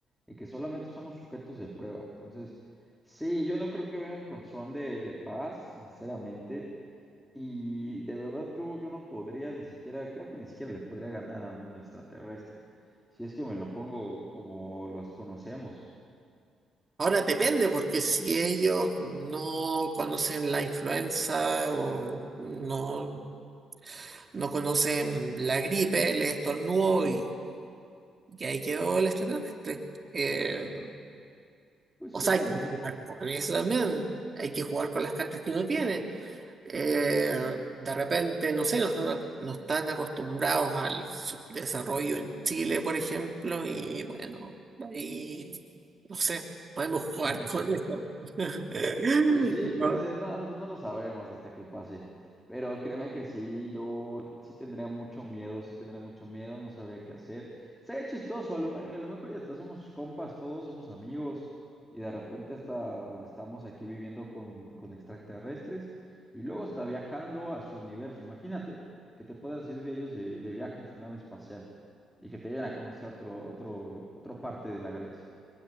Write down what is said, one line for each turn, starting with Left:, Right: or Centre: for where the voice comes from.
Centre: y que solamente somos sujetos de prueba. Entonces, sí, yo no creo que vengan con son de, de paz, sinceramente. Y de verdad yo, yo no podría ni siquiera, creo que ni siquiera le podría ganar a un extraterrestre, si es que me lo pongo como los conocemos.
Right: Ahora depende, porque si ellos no conocen la influenza o no, no conocen la gripe, les estornudó y, y ahí quedó el extraterrestre. Eh,
Centre: Pues
Right: o
Centre: sí,
Right: sea,
Centre: también.
Right: hay que jugar con eso también. Hay que jugar con las cartas que uno tiene. eh, de repente, no sé, no están, no están acostumbrados al subdesarrollo en Chile, por ejemplo, y bueno, ahí, no sé, podemos jugar
Centre: <laughs>
Right: con eso. <laughs>
Centre: Pues sí,
Right: No,
Centre: puede ser, no, no, pues no lo sabremos hasta que pase. Pero créeme que sí, yo sí tendría mucho miedo, sí tendría mucho miedo, no sabría qué hacer. Sería chistoso, a lo, me- a lo mejor ya hasta somos compas todos, somos amigos, y de repente hasta estamos aquí viviendo con, con extraterrestres, y luego está viajando a su universo. Imagínate que te puedas ir de ellos de, de viaje en su nave espacial y que te vayan a conocer a otro, otro, otra parte de la galaxia.